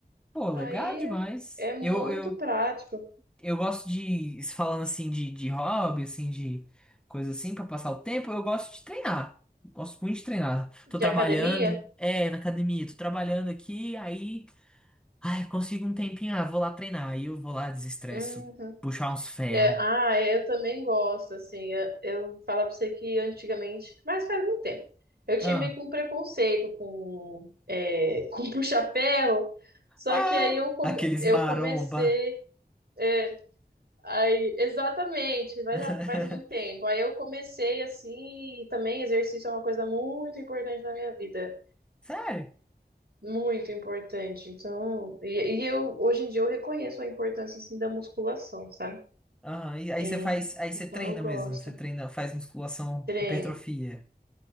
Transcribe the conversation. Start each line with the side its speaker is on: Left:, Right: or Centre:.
Centre: Pô, legal
Right: Aí
Centre: demais.
Right: é muito
Centre: Eu, eu,
Right: prático.
Centre: eu gosto de, falando assim, de, de hobby, assim, de coisa assim, pra passar o tempo, eu gosto de treinar. Gosto muito de treinar.
Right: De
Centre: Tô trabalhando,
Right: academia?
Centre: é, na academia, tô trabalhando aqui, aí. Ai, consigo um tempinho, ah, vou lá treinar. Aí eu vou lá, desestresso,
Right: Uhum.
Centre: puxar uns ferros.
Right: É, ah, é, eu também gosto, assim, eu, eu falar pra você que antigamente, mas faz muito tempo, eu tinha
Centre: Ah,
Right: meio que um preconceito com, é, <laughs> com puxa-ferro, só
Centre: ah,
Right: que aí eu, come,
Centre: aqueles
Right: eu
Centre: maromba.
Right: comecei, é, aí, exatamente, faz
Centre: <laughs>
Right: faz muito tempo, aí eu comecei, assim, e também exercício é uma coisa muito importante na minha vida,
Centre: Sério?
Right: muito importante, então, e, e eu, hoje em dia eu reconheço a importância, assim, da musculação, sabe?
Centre: Aham, e aí
Right: É,
Centre: você faz, aí você
Right: então
Centre: treina
Right: eu gosto.
Centre: mesmo, você treina, faz musculação,
Right: Treino,
Centre: hipertrofia.